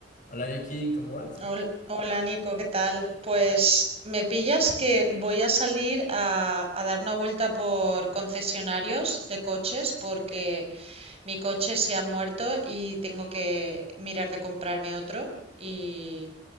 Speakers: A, on the left (about 45°); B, on the right (about 35°).
A: Hola Vicky, ¿cómo vas?
B: Hol- Hola, Nico, ¿qué tal? Pues me pillas que voy a salir a, a dar una vuelta por concesionarios de coches porque mi coche se ha muerto y tengo que mirar de comprarme otro. Y,